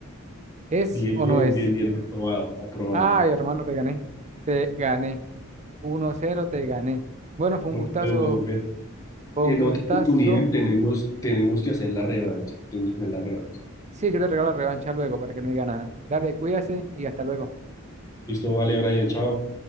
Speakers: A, on the right; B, on the left.
A: ¿Es
B: Bien,
A: o no es?
B: bien, bien, aprobado, aprobado.
A: Ay, hermano, te gané. Te gané. 1-0, te gané. Bueno, fue
B: Bueno,
A: un gustazo,
B: pero bueno, pero
A: fue
B: en
A: un gustazo.
B: otra oportunidad tenemos, tenemos que hacer la revancha, tenemos que hacer la revancha.
A: Sí, yo le regalo la revancha luego para que no diga nada. Dale, cuídase y hasta luego.
B: Listo, vale, Brian, chao.